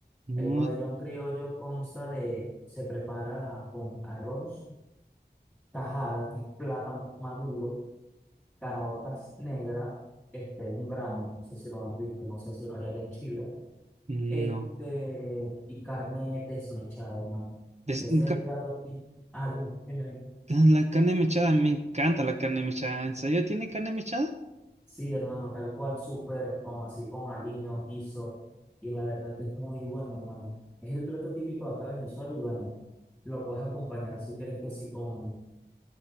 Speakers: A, on the right; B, in the centre.
A: No,
B: El pabellón criollo consta de, se prepara con arroz tajada, que es plátano maduro, caraotas negras, este es un grano, no sé si lo has visto, no sé si lo hay allá en Chile,
A: no.
B: este, y carne desmechada, hermano.
A: Des-
B: Ese es
A: ca-
B: el plato típico. Ah, dime, dime, dime.
A: ah, la carne mechada, me encanta la carne mechada. ¿En serio tiene carne mechada?
B: Sí, hermano, tal cual, súper, con así, con aliño, guiso, y la verdad que es muy bueno, hermano. Es el plato típico acá en el suelo y bueno, lo puedes acompañar si quieres que sí con...